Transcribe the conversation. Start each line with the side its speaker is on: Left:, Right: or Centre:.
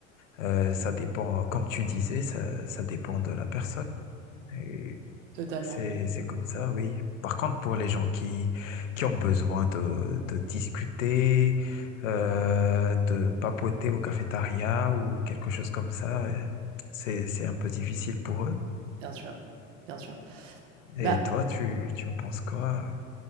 Left: Euh, ça dépend, comme tu disais, ça, ça dépend de la personne. Et
Right: Totalement,
Left: c'est, c'est comme ça, oui. Par contre, pour les gens qui, qui ont besoin de, de discuter, euh, de papoter au cafétéria ou quelque chose comme ça, euh, c'est, c'est un peu difficile pour eux.
Right: bien sûr, bien sûr.
Left: Et
Right: Bah,
Left: toi, tu, tu me penses quoi?